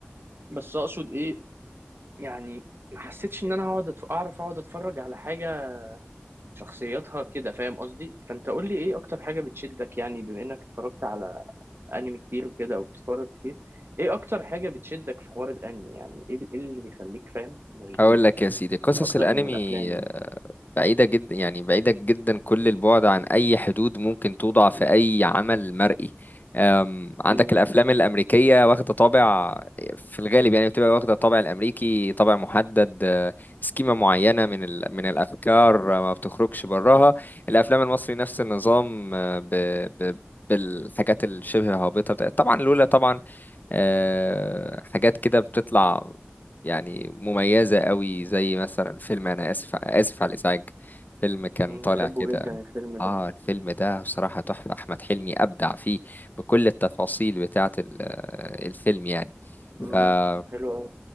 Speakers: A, on the right; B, on the left.
A: بس أقصد إيه يعني ما حسيتش إن أنا هقعد أتف- أعرف أقعد أتفرج على حاجة شخصيتها كده فاهم قصدي فأنت قول لي إيه أكتر حاجة بتشدك يعني بما إنك اتفرجت على أنمي كتير وكده أو بتتفرج كتير إيه أكتر حاجة بتشدك في حوار الأنمي يعني إيه ال- إيه اللي بيخليك فاهم مشدود
B: هقول لك يا سيدي قصص
A: أكتر
B: الانمي
A: من الأفلام يعني
B: بعيدة جدا يعني بعيدة جدا كل البعد عن أي حدود ممكن توضع في أي عمل مرئي أم، عندك
A: مم.
B: الأفلام الأمريكية واخدة طابع في الغالب يعني بتبقى واخدة طابع الأمريكي طابع محدد أه، سكيمة معينة من ال... من الأفكار أه، ما بتخرجش براها
A: مم.
B: الأفلام المصري نفس النظام أه، ب... ب... بالحاجات الشبه هابطة بتاعت- طبعا لولا طبعا آه، حاجات كده بتطلع يعني مميزة قوي زي مثلا فيلم أنا آسف آسف على الإزعاج فيلم كان
A: مم.
B: طالع
A: بحبه
B: كده
A: جدا الفيلم ده
B: آه الفيلم ده بصراحة تحفة أحمد حلمي أبدع فيه بكل التفاصيل بتاعة ال- آه، الفيلم يعني ف...
A: مم.
B: آه,
A: حلو أوي